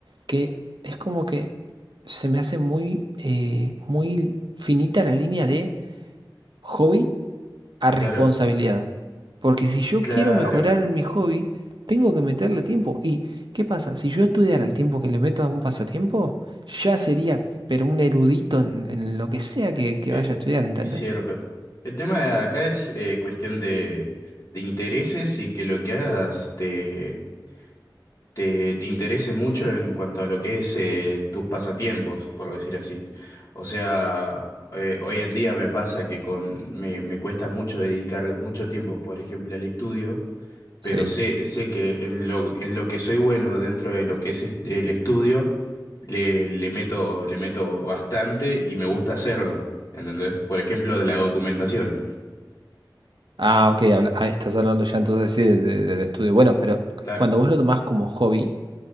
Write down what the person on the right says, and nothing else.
que es como que se me hace muy, eh, muy finita la línea de hobby a responsabilidad.
Porque si yo
quiero mejorar en mi hobby, tengo que meterle tiempo. ¿Y qué pasa? Si yo estudiara el tiempo que le meto a un pasatiempo, ya sería, pero un erudito en, en lo que sea que, que
vaya a estudiar, ¿entendés?
Sí.
Ah, ok, habla- ah, estás hablando ya entonces sí de- de- del estudio. Bueno, pero
cuando vos lo tomás como hobby,